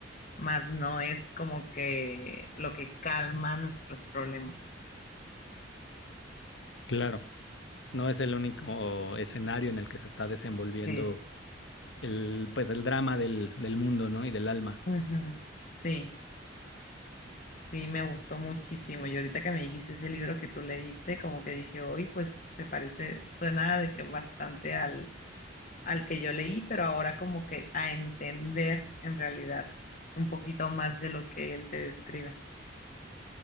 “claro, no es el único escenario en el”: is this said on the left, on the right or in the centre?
Left